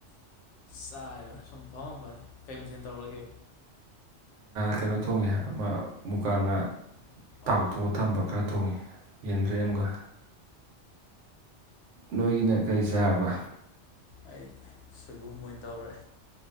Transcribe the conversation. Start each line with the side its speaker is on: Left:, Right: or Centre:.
Left: ꯆꯥꯕ ꯁꯨꯝ ꯐꯝꯃꯝꯕꯅꯤ ꯀꯩ ꯃꯊꯦꯜ ꯇꯧꯔꯒꯦ
Right: ꯀꯩꯅꯣ ꯊꯣꯡꯉꯦ ꯑꯃ ꯃꯨꯀꯥ ꯉꯥ ꯇꯥꯎꯊꯣꯛꯑ
Left: ꯑꯣ
Right: ꯊꯝꯕ ꯈꯔ ꯊꯣꯡꯉꯤ ꯌꯦꯟꯗ꯭ꯔꯦꯝ
Left: ꯑꯣ
Right: ꯑꯃꯒ ꯅꯣꯏꯒꯤꯅ ꯀꯔꯤ ꯆꯥꯔꯕ
Left: ꯑꯩꯗꯤ ꯁꯣꯏꯕꯨꯝ ꯑꯣꯏꯅ ꯇꯧꯔꯦ